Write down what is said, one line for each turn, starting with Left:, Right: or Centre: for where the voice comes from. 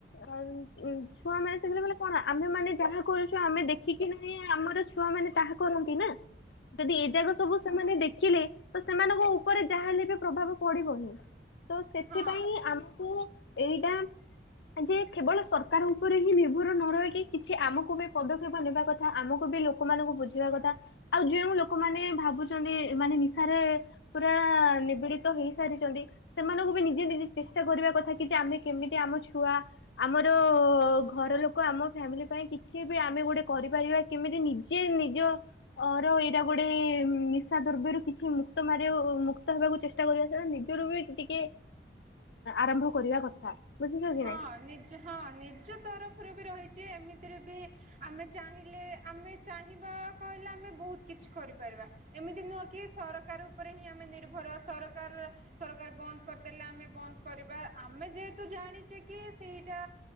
Left: <unintelligible> ଛୁଆ ମାନେ ସେତେଲେବେଳେ କଣ ଆମେ ମାନେ ଯାହା କରୁଚୁ ଆମେ ଦେଖିକି ନାହିଁ ଆମର ଛୁଆ ମାନେ ତାହା କରନ୍ତି ନା ଯଦି ଏଇ ଜାଗ ସବୁ ସ ସେମାନେ ଦେଖିଲେ ତ ସେମାନଙ୍କ ଉପରେ ଯାହାହଲେ ବି ପ୍ରଭାବ ପଡିବ ହିଁ ତ ସେଥିପାଇଁ
Right: ହଁ ହଁ
Left: ଆମକୁ ଏଇଟା ଯେ କେବଳ ସରକାର ଉପରେ ହିଁ ନିର୍ଭର ନ ରହିକି କିଛି ଆମକୁ ବି ପଦକ୍ଷେପ ନେବା କଥା ଆମକୁ ବି ଲୋକମାନକୁ ବୁଝିବା କଥା ଆଉ ଯୋଉ ଲୋକମାନେ ଭାବୁଚନ୍ତି ମାନେ ନିଶାରେ ପୁରା ନିବିଡି ସିଏ ତ ହେଇସାରିଚନ୍ତି। ସେମାନଙ୍କୁ ବି ନିଜେ ନିଜେ ଚେଷ୍ଟା କରିବା କଥା କି ଯେ ଆମେ କେମିତି ଆମ ଛୁଆ ଆମର ଘର ଲୋକ ଆମ ଫ୍ୟାମିଲି ପାଇଁ କିଛି ବି ଆମେ ଗୋଟେ କରିପାରିବା କେମିତି ନିଜେ ନିଜ ଅ ର ଏଇଟା ଗୋଟେ ନିଶା ଦ୍ରବ୍ୟରୁ କିଛି ମୁକ୍ତ ମାରିବା ଉ ଉମୁକ୍ତ ହେବାକୁ ଚେ ଷ୍ଟା କରିବା ଦ୍ବାରା ନିଜରୁ ବି ଟିକେ ଆରମ୍ଭ କରିବା କଥା ବୁଝୁଚ କି
Right: ହଁ
Left: ନାଇଁ।
Right: ନିଜ ହଁ ନିଜ ତରଫରୁ ବି ରହିଚି। ଏମିତିରେ ବି ଆମେ ଚାହିଁଲେ ଆମେ ଚାହିଁବା <unintelligible> କହିଲ ଆମେ ବୋହୁତ କିଛି କରିପାରିବା। ଏମିତି ନୁହଁ ସରକାର ଉପରେ ହିଁ ଆମେ ନିର୍ଭର ସରକା ର ସରକାର ବନ୍ଦ କରିଦେଲେ। ଆମେ ବନ୍ଦ କରିବା। ଆମେ ଯେହେତୁ ଜାଣି ଚେ କି ସେଇଟା